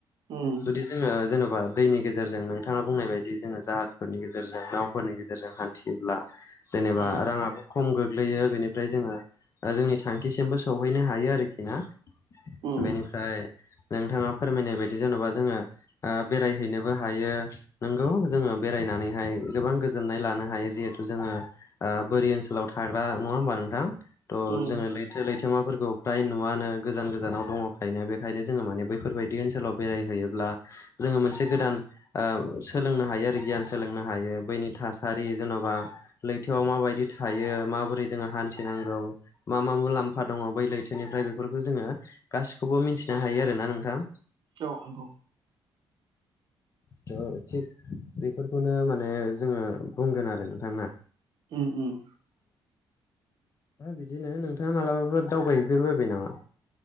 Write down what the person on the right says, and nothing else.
उम
उम
उम
उम
औ नंगौ
ओम ओम